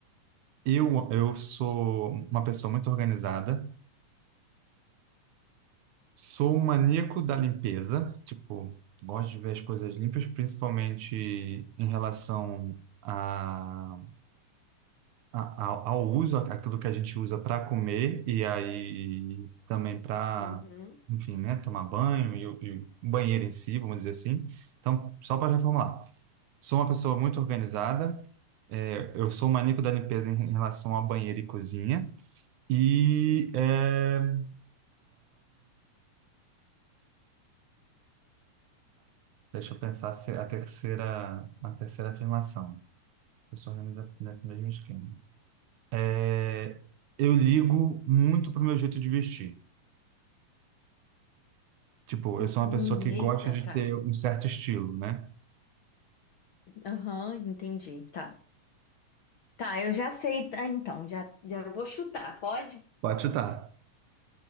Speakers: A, on the right; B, on the left.
A: Eu, eu sou uma pessoa muito organizada. Sou um maníaco da limpeza, tipo, gosto de ver as coisas limpas, principalmente em relação a, a- ao ao uso, aquilo que a gente usa para comer e aí também para,
B: Uhum.
A: enfim, né, tomar banho e, o e o banheiro em si, vamos dizer assim. Então, só para reformular, sou uma pessoa muito organizada, é, eu sou um maníaco da limpeza em, em relação a banheiro e cozinha e é, Deixa eu pensar se a terceira, a terceira afirmação. Eu sou organiza nesse mesmo esquema. É, eu ligo muito pro meu jeito de vestir. Tipo,
B: Hum,
A: eu sou uma pessoa que
B: eita,
A: gosta de
B: tá.
A: ter um certo estilo, né?
B: Aham, entendi. Tá. Tá, eu já sei. tá, então, já, já vou chutar, pode?
A: Pode chutar.